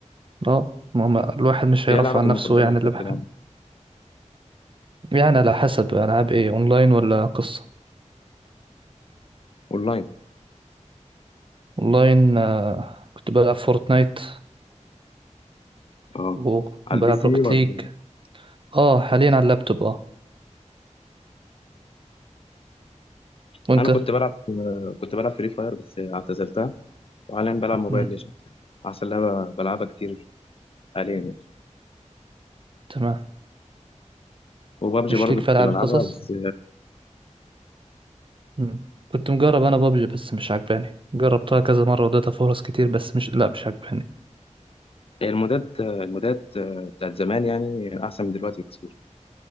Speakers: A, on the right; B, on the left.
A: اه ما هو ما- الواحد مش هيرفع
B: ايه لعبك
A: عن نفسه
B: المفضله
A: يعني
B: اللي
A: اللي
B: كنت
A: بحب
B: بتلعبها
A: يعني على حسب ألعاب ايه أونلاين ولا قصة
B: اونلاين
A: والله إن آه، كنت بلعب فورتنايت
B: اه
A: و-
B: على
A: وبلعب
B: البي سي
A: روكت
B: ولا
A: ليج اه حاليا على اللابتوب اه وانت
B: انا كنت بلعب كنت بلعب فري فاير بس اعتزلتها وحاليا بلعب موبايل
A: مم.
B: ليجند عشان لعبه بلعبها كتير حاليا يعني
A: تمام
B: وبابجي
A: مش
B: برضه
A: ليك في
B: كنت
A: ألعاب
B: بلعبها
A: القصص
B: بس
A: مم. كنت مجرب انا بابجي بس مش عجباني جربتها كذا مرة واديتها فرص كتير بس مش لا مش عجباني
B: هي المودات المودات بتاعت زمان يعني احسن من دلوقتي كتير